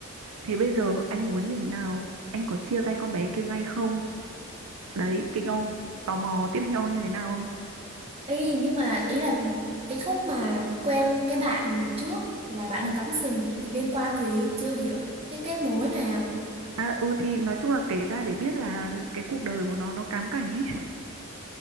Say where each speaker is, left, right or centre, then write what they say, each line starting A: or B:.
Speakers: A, on the right; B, on the right.
A: thế bây giờ anh muốn như thế nào anh có chia tay con bé kia ngay không đấy kinh ông tò mò tiếp theo như thế nào không
B: Ý, nhưng mà ý là cái khúc mà quen cái bạn trước là bạn
A: Ừ.
B: ấy cắm sừng thì liên quan gì? Chưa hiểu cái, cái kết nối này à?
A: à ừ thì nói chung là kể ra để biết là cái cuộc đời của nó nó cám cảnh ấy <laughs>